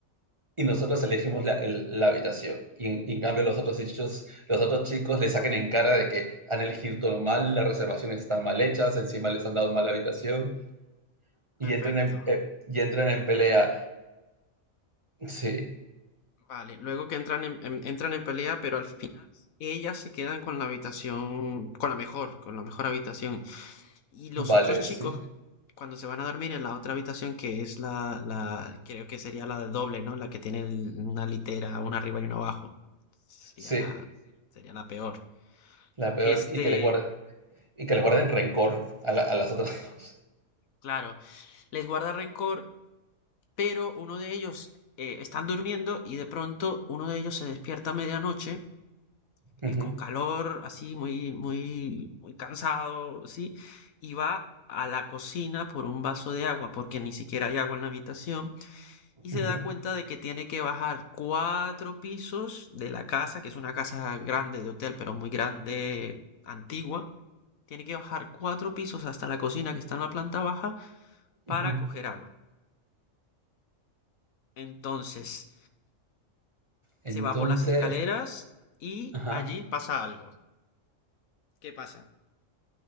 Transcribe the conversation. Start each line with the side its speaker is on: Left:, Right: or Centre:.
Right: Y nosotros elegimos la, el- la habitación. Y en, en cambio los otros, chicos, los otros chicos le saquen en cara de que han elegido todo mal, las reservaciones están mal hechas, encima les han dado mal la habitación
Left: Perfecto.
Right: y entran en, eh, y entran en pelea. Sí,
Left: Vale. Luego que entran en, en- entran en pelea, pero al final ellas se quedan con la habitación, con la mejor, con la mejor habitación. Y los
Right: vale,
Left: otros chicos
Right: sí.
Left: cuando se van a dormir en la otra habitación, que es la, la, creo que sería la doble, ¿no? La que tiene el- una litera, una arriba y una abajo. Sería
Right: Sí,
Left: la, sería la peor.
Right: la peor.
Left: Este,
Right: Y que les, guarden y que les guarden rencor a, la- a las otras <laughs> dos.
Left: claro, les guarda rencor, pero uno de ellos eh, están durmiendo y de pronto uno de ellos se despierta a medianoche,
Right: Ujú,
Left: eh, con calor, así, muy, muy, muy cansado, sí, y va a la cocina por un vaso de agua, porque ni siquiera hay agua en la habitación y se
Right: ujú,
Left: da cuenta de que tiene que bajar cuatro pisos de la casa, que es una casa grande de hotel, pero muy grande, antigua. Tiene que bajar cuatro pisos hasta la cocina que está en la planta baja para
Right: ujú.
Left: coger agua. Entonces,
Right: Entonces,
Left: se va por las escaleras y
Right: ajá,
Left: allí pasa algo. ¿Qué pasa?